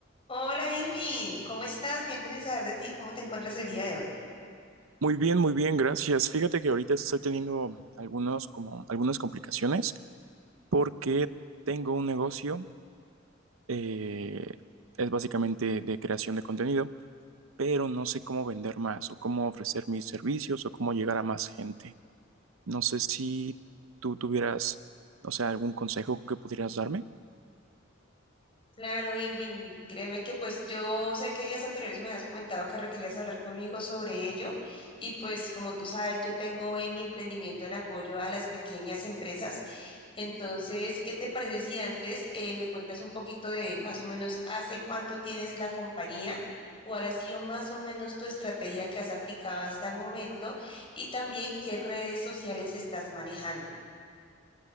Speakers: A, on the left; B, on the right.
A: Hola Irving, ¿cómo estás? Tiempo sin saber de ti, ¿cómo te encuentras el día de hoy?
B: Muy bien, muy bien, gracias. Fíjate que ahorita estoy teniendo algunos, como, algunas complicaciones porque tengo un negocio, eh, es básicamente de creación de contenido, pero no sé cómo vender más o cómo ofrecer mis servicios o cómo llegar a más gente. No sé si tú tuvieras, no sé, algún consejo que pudieras darme.
A: Claro, Irving, créeme que pues yo sé que días anteriores me has comentado que requerías hablar conmigo sobre ello y pues como tú sabes, yo tengo en mi emprendimiento en apoyo a las pequeñas empresas. Entonces, ¿qué te parece si antes eh, me cuentas un poquito de más o menos hace cuánto tienes la compañía? ¿Cuál ha sido más o menos tu estrategia que has aplicado hasta el momento? Y también qué redes sociales estás manejando.